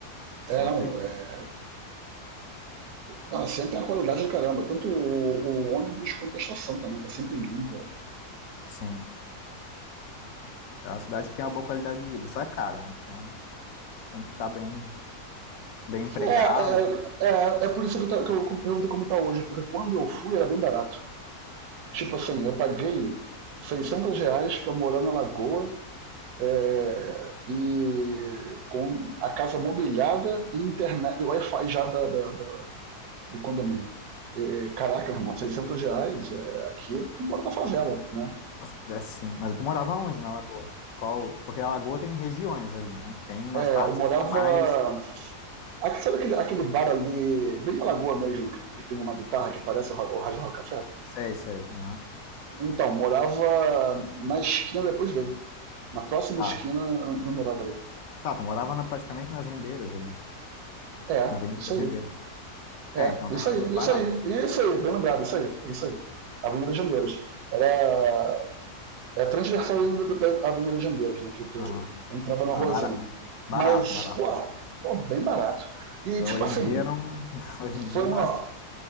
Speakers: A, on the left (about 70°); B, on the right (about 75°).
A: Sempre
B: É, não, é. Não, sempre é a qualidade do caramba. Tanto o, o ônibus quanto a estação também, tá sempre limpa.
A: Sim, é uma cidade que tem uma boa qualidade de vida, só é cara, né? Então tem que estar bem, bem empregado,
B: É, é, é, é por isso que eu, ta- que eu perguntei como tá hoje, porque quando eu fui era bem barato. Tipo assim, eu paguei 600 reais pra morar na Lagoa é, e com a casa mobiliada e internet, e Wi-Fi já da, da- da- do condomínio. E, caraca, meu irmão, 600 reais é, aqui, tu mora na favela, né?
A: mas, é assim. Mas tu morava onde na Lagoa? Qual? Porque a Lagoa tem regiões ali, né? Tem umas
B: É,
A: partes
B: eu morava.
A: que são mais.
B: Aqui, sabe aquele, aquele bar ali, bem na lagoa mesmo, que, que tem uma guitarra que parece o Ra- o Rajá Café?
A: Sei, sei. aham.
B: Então, morava na esquina depois dele. Na próxima
A: Tá.
B: esquina eu eu morava ali.
A: Tá, tu morava na- praticamente nas rendeiras ali,
B: É,
A: na Avenida
B: isso
A: das
B: aí.
A: Rendeiras.
B: É,
A: É, então
B: isso
A: tava
B: aí,
A: barato.
B: isso aí, isso aí, bem lembrado, isso aí, isso aí. Avenida Jandeiras. Era é a transversal da Avenida Jandeiras, né? Que tu
A: Aham.
B: entrava numa
A: Ah,
B: ruazinha.
A: bara-
B: Mas,
A: barato, barato.
B: pô, pô, bem barato. E,
A: Hoje
B: tipo assim,
A: em dia não. <laughs> Hoje em dia
B: foi uma.
A: não acho que